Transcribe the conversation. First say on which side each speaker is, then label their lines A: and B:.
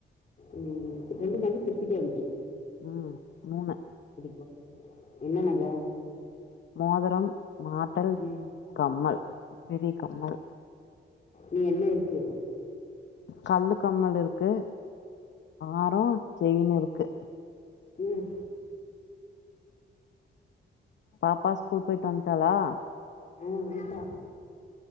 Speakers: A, on the left; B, on the left.
A: உம் ரெண்டு பே திருப்பிட்டே
B: ம் மூணு
A: வ <unintelligible> என்ன நக
B: மோதிரம் மாட்டல்
A: ம்
B: கம்மல் பெரி கம்மல்
A: இன் என்ன இருக்கு
B: கல்லு கம்மல் இருக்கு ஆறம் செயின் இருக்கு
A: உம்
B: பாப்பா ஸ்கூல் போயிட்டு வன்டாளா
A: ஆஹ் வன்டா